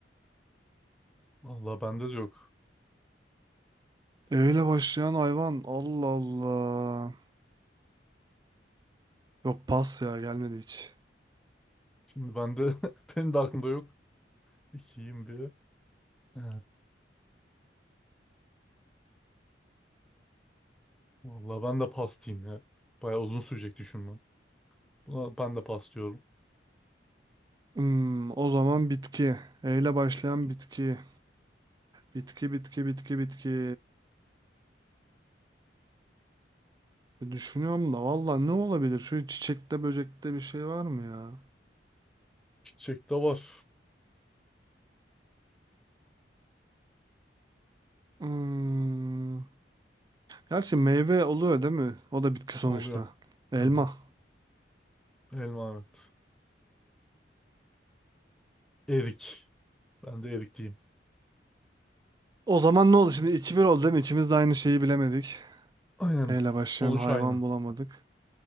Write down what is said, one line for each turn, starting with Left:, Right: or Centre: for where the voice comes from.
Centre: Vallahi bende de yok.
Right: ile başlayan hayvan. Allah Allah. Yok pas ya gelmedi hiç.
Centre: Şimdi bende <laughs> benim de aklımda yok. İkiyim bir. Ee, vallahi ben de pastayım ya. Bayağı uzun sürecek düşünmem. Buna ben de pas diyorum.
Right: Hmm, o zaman bitki. E ile başlayan
Centre: Bitki-
Right: bitki. Bitki, bitki, bitki, bitki. E Düşünüyorum da valla ne olabilir? Şöyle çiçekte, böcekte bir şey var mı ya?
Centre: Çiçek de var.
Right: Hmm. Gerçi meyve oluyor değil mi? O da bitki sonuçta.
Centre: Oluyor.
Right: Elma.
Centre: Hı hı. Elma evet. Ee, erik. Ben de erik diyeyim.
Right: O zaman ne oldu? Şimdi 2-1 oldu değil mi? İkimiz de aynı şeyi bilemedik.
Centre: Aynen.
Right: E ile başlayan
Centre: Sonuç
Right: hayvan
Centre: aynı.
Right: bulamadık.